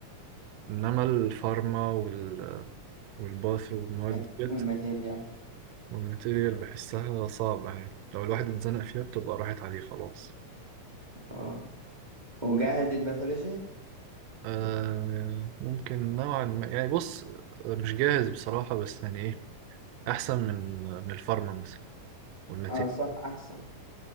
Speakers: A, on the right (about 85°); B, on the right (about 25°).
A: انما الفارما وال... والباث والمواد
B: مات-
A: ديت
B: والماتيريال
A: والماتيريال بحسها صعبة يعني لو الواحد اتزنق فيها بتبقى راحت عليه خلاص
B: اه وجاهز للباثولوجي
A: آه ممكن نوعا ما يعني بص مش جاهز بصراحة بس يعني ايه احسن من من الفارما مثلا والماتيريال
B: اه صح أحسن